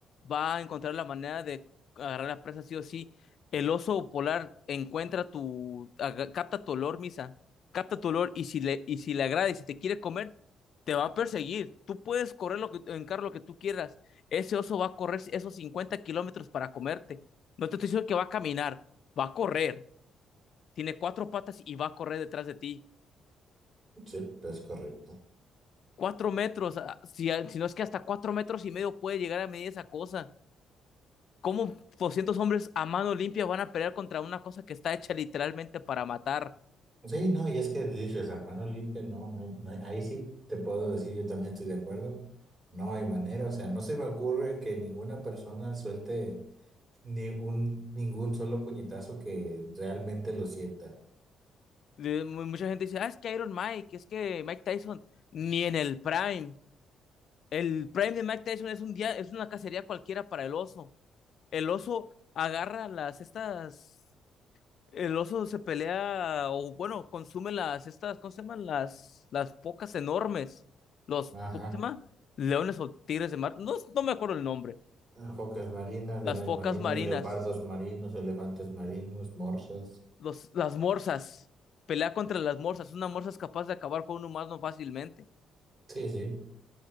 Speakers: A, on the left; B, on the right.
A: va a encontrar la manera de agarrar la presa sí o sí. El oso polar encuentra tu, aga- capta tu olor, Misa, capta tu olor y si le, y si le agrada y si te quiere comer, te va a perseguir. Tú puedes correr lo que, en carro lo que tú quieras. Ese oso va a correr esos 50 kilómetros para comerte. No te estoy diciendo que va a caminar, va a correr. Tiene cuatro patas y va a correr detrás de ti.
B: Sí, es correcto.
A: cuatro metros, ah, si, ah, si no es que hasta cuatro metros y medio puede llegar a medir esa cosa. ¿Cómo 200 hombres a mano limpia van a pelear contra una cosa que está hecha literalmente para matar?
B: Sí, no, y es que dices, a mano limpia, no, no hay- no hay- ahí sí te puedo decir, yo también estoy de acuerdo. No hay manera, o sea, no se me ocurre que ninguna persona suelte ni un, ningún solo puñetazo que realmente lo sienta.
A: Le- mu- Mucha gente dice, ah, es que Iron Mike, es que Mike Tyson, ni en el Prime. El Prime de Mike Tyson es un día, es una cacería cualquiera para el oso. El oso agarra las estas El oso se pelea, o bueno, consume las, estas, ¿cómo se llaman? Las, las focas enormes. Los,
B: Ajá.
A: ¿cómo se llama? Leones o tigres de mar. No, no me acuerdo el nombre.
B: Focas marinas, leones
A: Las focas
B: marinos,
A: marinas.
B: leopardos marinos, elefantes marinos, morsas.
A: Los, las morsas. Pelea contra las morsas. Una morsa es capaz de acabar con un humano fácilmente.
B: Sí, sí.